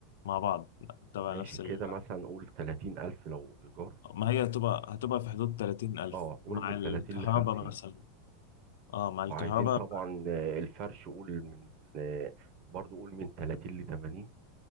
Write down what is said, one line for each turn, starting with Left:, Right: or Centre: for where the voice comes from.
Left: مع بعض تبع
Right: ماشي
Left: نفس
Right: كده
Left: ال...
Right: مثلا قول تلاتين ألف لو إيجار
Left: ما هي هتبقى هتبقى في حدود 30000
Right: اه قول
Left: مع
Right: من
Left: الكهرباء
Right: تلاتين لخمسين
Left: مثلا اه مع
Right: وعايزين
Left: الكهرباء
Right: طبعا آه، الفرش قول من آه، برضو قول من 30 ل 80